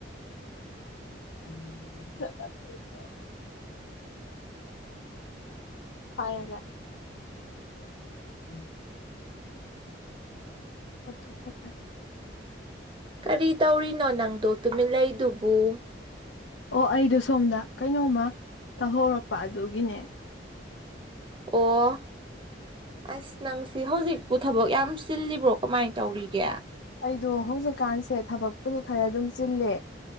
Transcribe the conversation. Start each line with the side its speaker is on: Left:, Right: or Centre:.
Left: <unintelligible> ꯎꯝ ꯄꯥꯏꯔꯒꯦ ꯎꯝ ꯇꯠꯈ꯭ꯔꯦ ꯇꯠꯈ꯭ꯔꯦ
Right: ꯀꯔꯤ ꯇꯧꯔꯤꯅꯣ ꯅꯪꯗꯣ ꯇꯨꯃꯤꯠꯂꯩꯗꯨꯕꯨ <unintelligible>
Left: ꯑꯣ ꯑꯩꯗꯣ ꯁꯣꯝꯗ ꯀꯩꯅꯣꯃ ꯇꯧꯍꯧꯔꯛꯄ ꯑꯗꯨꯒꯤꯅꯦ
Right: ꯑꯣ ꯑꯁ ꯅꯪꯁꯤ ꯍꯧꯖꯤꯛꯄꯨ ꯊꯕꯛ ꯌꯥꯝ ꯆꯤꯜꯂꯤꯕ꯭ꯔꯣ ꯀꯃꯥꯏꯅ ꯇꯧꯔꯤꯒꯦ
Left: ꯑꯩꯗꯣ ꯍꯧꯖꯤꯛꯀꯥꯟꯁꯦ ꯊꯕꯛꯄꯨꯗꯤ ꯈꯔ ꯑꯗꯨꯝ ꯆꯤꯂꯦ